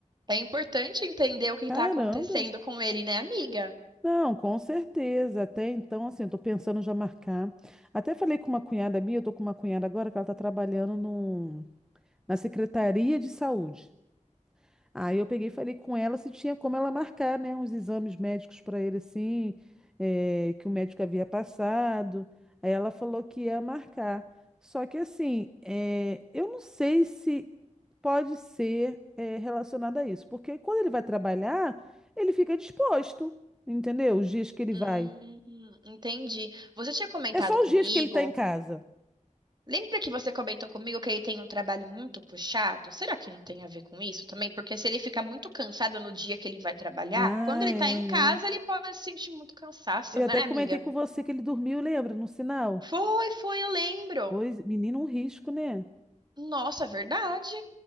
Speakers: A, on the right; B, in the centre.
A: é importante entender o que
B: Caramba!
A: está acontecendo com ele, né, amiga?
B: Não, com certeza. Até então, assim, eu tô pensando já marcar. Até falei com uma cunhada minha, eu tô com uma cunhada agora que ela tá trabalhando no, na Secretaria de Saúde. Aí eu peguei e falei com ela se tinha como ela marcar, né, uns exames médicos para ele, assim, eh, que o médico havia passado. Aí ela falou que ia marcar. Só que, assim, eh, eu não sei se pode ser, eh, relacionado a isso, porque quando ele vai trabalhar, ele fica disposto, entendeu? Os dias que ele
A: Hum,
B: vai.
A: entendi. Você tinha comentado
B: É só
A: comigo.
B: os dias que ele está em casa.
A: Lembra que você comentou comigo que ele tem um trabalho muito puxado? Será que não tem a ver com isso também? Porque se ele fica muito cansado no dia que ele vai trabalhar,
B: Ah,
A: quando ele
B: é.
A: tá em casa,
B: é.
A: ele pode sentir muito cansaço,
B: Eu
A: né,
B: até comentei
A: amiga?
B: com você que ele dormiu, lembra, no sinal?
A: Foi, foi, eu lembro.
B: Pois, menino, um risco, né?
A: Nossa, verdade.